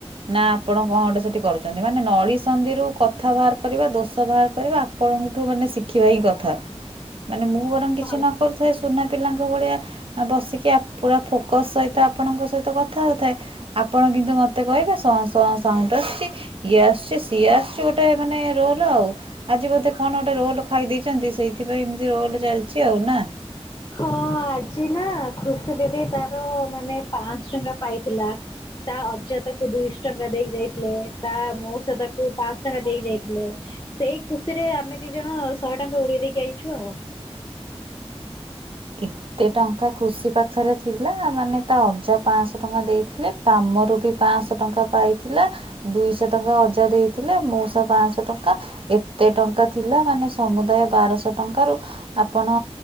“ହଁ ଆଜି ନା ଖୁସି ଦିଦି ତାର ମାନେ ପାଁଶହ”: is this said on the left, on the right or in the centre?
Left